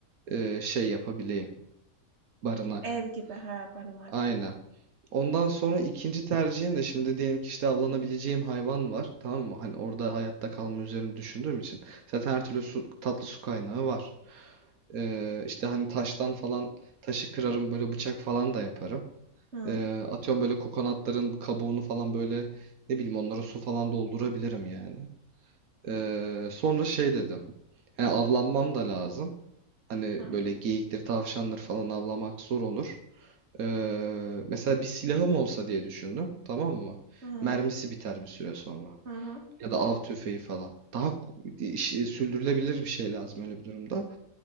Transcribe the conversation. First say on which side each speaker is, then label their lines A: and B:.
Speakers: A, on the right; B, on the right.
A: e, şey yapabileyim. Barınak.
B: ev gibi, ha, barınak
A: Aynen.
B: gibi.
A: Ondan sonra ikinci tercihim de şimdi diyelim ki işte avlanabileceğim hayvan var. Tamam mı? Hani orada hayatta kalma üzerine düşündüğüm için. Zaten her türlü su, tatlı su kaynağı var. Ee, işte hani taştan falan taşı kırarım böyle bıçak falan da yaparım.
B: Hı,
A: Ee, atıyorum böyle kokonatların kabuğunu falan böyle ne bileyim onlara su falan doldurabilirim yani. Ee, sonra şey dedim. He, avlanmam da lazım. Hani
B: hı,
A: böyle geyiktir, tavşandır falan avlamak zor olur. Ee, mesela bir silahım olsa diye düşündüm, tamam mı?
B: hı,
A: Mermisi biter bir süre sonra.
B: hı,
A: Ya da av tüfeği falan. Daha ku- iş- e, sürdürülebilir bir şey lazım öyle bir durumda.